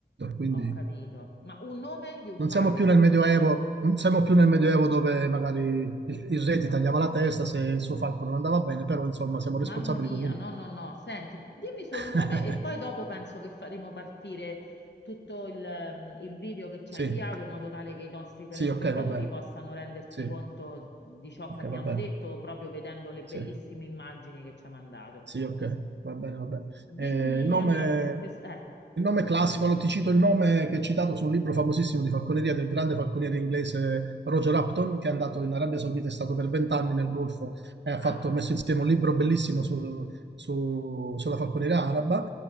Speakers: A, on the right (about 85°); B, on the left (about 80°).
A: Quindi...
B: Ho capito. Ma un nome di un
A: Non
B: falco?
A: siamo più nel Medioevo, non siamo più nel Medioevo dove magari il, il re ti tagliava la testa se il suo falco non andava bene, però insomma siamo responsabili
B: Mamma mia,
A: comunque.
B: no, no, no. Senti, dimmi solo
A: <laughs>
B: un nome e poi dopo penso che faremo partire tutto il, ehm, il video che ci
A: Sì,
B: ha inviato in modo tale che i nostri telespettatori
A: sì, ok, va bene.
B: possano rendersi
A: Sì,
B: conto di ciò
A: ok,
B: che abbiamo
A: va bene.
B: detto proprio vedendo le bellissime
A: Sì.
B: immagini che ci ha mandato.
A: Sì, ok, va bene, va bene.
B: Dimmi
A: Eh, il nome,
B: allora, quest- eh,
A: il nome classico, allora ti cito il nome che è citato su un libro famosissimo di falconeria del grande falconiere inglese Roger Upton, che è andato in Arabia Saudita, è stato per vent'anni nel Golfo e ha
B: ah,
A: fatto, ha messo insieme un libro bellissimo su- su- sulla falconeria araba.